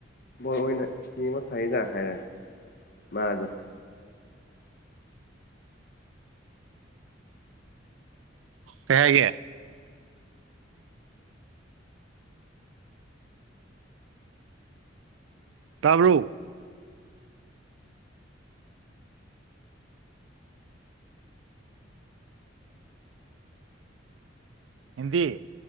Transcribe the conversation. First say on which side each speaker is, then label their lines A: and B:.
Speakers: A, on the left (about 50°); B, on the right (about 80°).
A: ꯕꯣꯜ ꯑꯣꯏꯅ ꯌꯦꯡꯕ ꯐꯩꯌꯦꯗ ꯍꯥꯏꯔꯒ ꯃꯥꯗꯣ
B: ꯀꯩ ꯍꯥꯏꯒꯦ ꯇꯥꯕꯔꯣ ꯍꯤꯟꯗꯤ